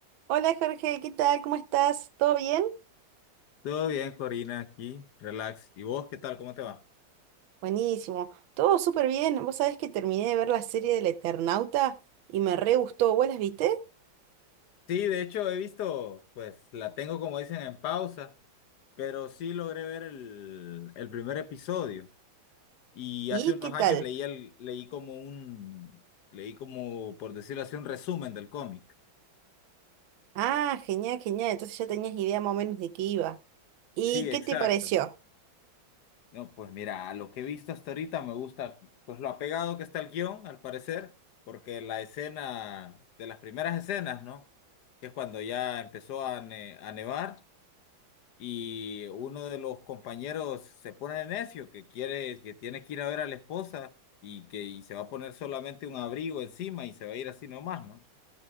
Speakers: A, on the right; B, on the left.
A: Hola Jorge, ¿qué tal? ¿Cómo estás? ¿Todo bien?
B: Todo bien, Corina, aquí, relax. ¿Y vos qué tal? ¿Cómo te va?
A: Buenísimo, todo súper bien. Vos sabés que terminé de ver la serie del Eternauta y me re gustó. ¿Vos las viste?
B: Sí, de hecho he visto, pues la tengo como dicen en pausa, pero sí logré ver el, el primer episodio. Y
A: ¿Y
B: hace unos
A: qué
B: años
A: tal?
B: leí el, leí como un, leí como, por decirlo así, un resumen del cómic.
A: Ah, genial, genial. Entonces ya tenías idea más o menos de qué iba. ¿Y
B: Sí,
A: qué
B: exacto.
A: te pareció?
B: No, pues mira, a lo que he visto hasta ahorita me gusta, pues lo apegado que está el guión, al parecer, porque la escena, de las primeras escenas, ¿no? Que es cuando ya empezó a, ne- a nevar. y uno de los compañeros se pone necio, que quiere, que tiene que ir a ver a la esposa y que y se va a poner solamente un abrigo encima y se va a ir así nomás, ¿no?